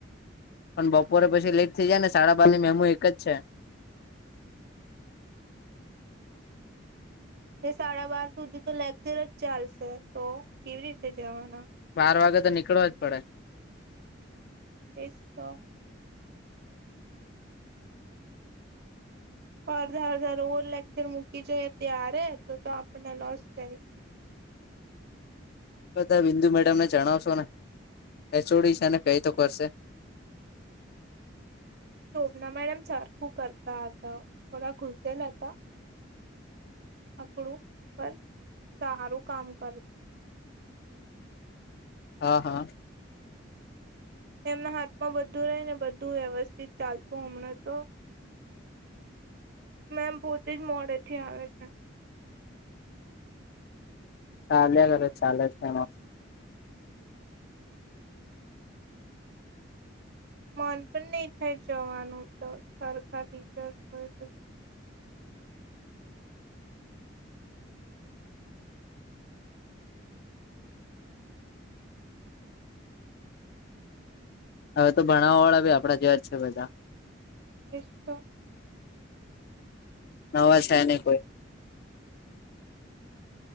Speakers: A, on the left; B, on the right.
A: પણ બપોરે પછી લેટ થઈ જાય ને સાડા બારની મેમુ એક જ છે
B: એ સાડા બાર સુધી તો લેક્શે જ ચાલશે તો કેવી રીતે જવાના
A: બાર વાગે તો નીકળવા જ પડે
B: એ જ તો અડધા અડધા રોજ લેક્ચર મૂકી જોઈએ ત્યારે તો તો આપણને લોસ જાય
A: બધા બિંદુ મેડમને જણાવશો ને એચોડી છેને કઈ તો કરશે
B: સોભ્ના મેડમ સરખું કરતા હતા હતા થોડા ઘુસેલ હતા અકડું પર સારું કામ કર
A: હા હા
B: એમના હાથમાં બધું રહી ને બધું વ્યવસ્થિત ચાલતું હમણાં તો મેમ પોતે જ મોડે થી આવે છે
A: ચાલે કર ચાલે છે
B: પછી મન પણ નહીિ થાય જવાનું તો સરખા ટીચર્સ હોય તો જ
A: હવે તો ભણાવવા વાળા બી આપડા જેવા જ છે બધા
B: નિશો
A: નવા છે ન કોઈ